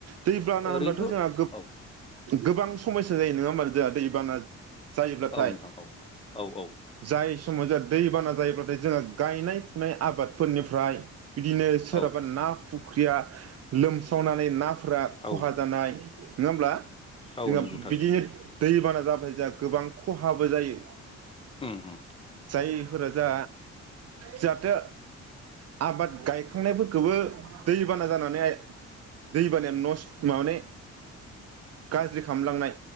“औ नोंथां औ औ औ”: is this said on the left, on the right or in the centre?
Left